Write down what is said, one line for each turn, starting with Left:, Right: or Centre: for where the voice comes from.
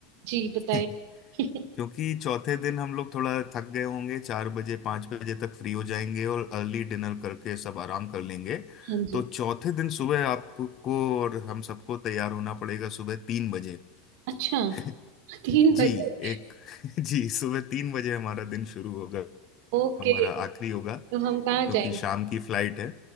Right: जी बताइए
Left: <laughs>
Right: <laughs>
Left: क्योंकि चौथे दिन हम लोग थोड़ा थक गए होंगे चार बजे पांच बजे तक फ्री हो जाएंगे और अर्ली डिनर करके सब आराम कर लेंगे
Right: हाँ जी
Left: तो चौथे दिन सुबह आपको और हम सबको तैयार होना पड़ेगा सुबह तीन बजे
Right: अच्छा
Left: <laughs>
Right: तीन बजे
Left: जी एक <laughs> जी सुबह तीन बजे हमारा दिन शुरू होगा
Right: ओके
Left: हमारा आखिरी होगा
Right: तो हम कहाँ
Left: क्योंकि
Right: जाएंगे
Left: शाम की फ्लाइट है